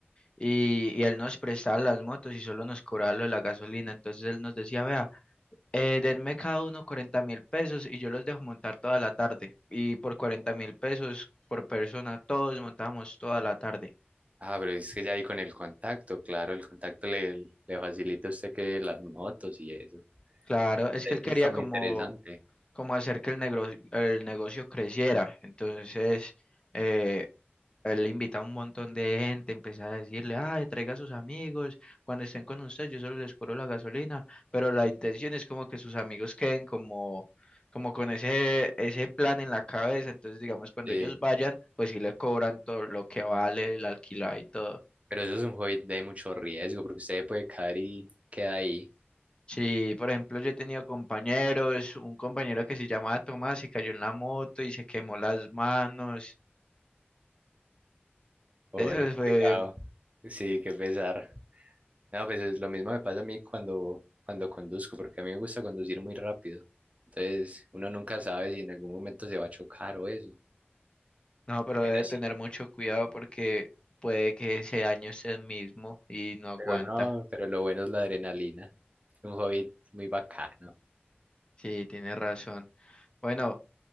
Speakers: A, on the left; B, on the right.
A: y, y él nos prestaba las motos y solo nos cobraba lo de la gasolina. Entonces, él nos decía, vea. Eh, denme cada uno cuarenta mil pesos y yo los dejo montar toda la tarde. Y por cuarenta mil pesos por persona, todos montamos toda la tarde.
B: Ah, pero es que ya ahí con el contacto, claro, el contacto le, le facilita a usted que las motos y eso.
A: Claro, es
B: Eh,
A: que él quería
B: Eso está muy
A: como,
B: interesante.
A: como hacer que el negocio, el negocio creciera. Entonces, eh, Él invita a un montón de gente, empecé a decirle, ay, traiga a sus amigos, cuando estén con usted, yo solo les cobro la gasolina, pero la intención es como que sus amigos queden como, como con ese, ese plan en la cabeza, entonces digamos, cuando
B: Sí,
A: ellos vayan, pues sí le cobran todo lo que vale, el alquiler y todo.
B: pero eso es un hobby de mucho riesgo, porque usted puede caer y queda ahí.
A: Sí, por ejemplo, yo he tenido compañeros, un compañero que se llamaba Tomás y cayó en la moto y se quemó las manos.
B: Pobre,
A: Eso fue
B: qué pecado. Sí, qué pesar. No, pues es lo mismo me pasa a mí cuando, cuando conduzco, porque a mí me gusta conducir muy rápido. Entonces, uno nunca sabe si en algún momento se va a chocar o eso.
A: No, pero
B: Pero
A: debe
B: sí,
A: tener mucho cuidado porque puede que ese daño sea el mismo y no aguanta.
B: pero no, pero lo bueno es la adrenalina. Un hobby muy bacano.
A: Sí, tiene razón. Bueno,